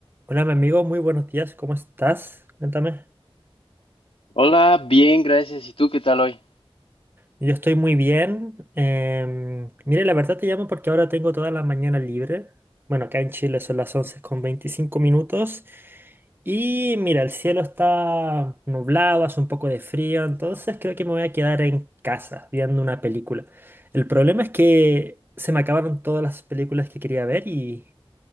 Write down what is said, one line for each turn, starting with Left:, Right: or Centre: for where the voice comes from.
Right: Hola, mi amigo, muy buenos días, ¿cómo estás? Cuéntame.
Left: Hola, bien, gracias. ¿Y tú qué tal hoy?
Right: Yo estoy muy bien. em, mire, la verdad te llamo porque ahora tengo toda la mañana libre. Bueno, acá en Chile son las 11 con 25 minutos. Y mira, el cielo está nublado, hace un poco de frío, entonces creo que me voy a quedar en casa viendo una película. El problema es que se me acabaron todas las películas que quería ver y,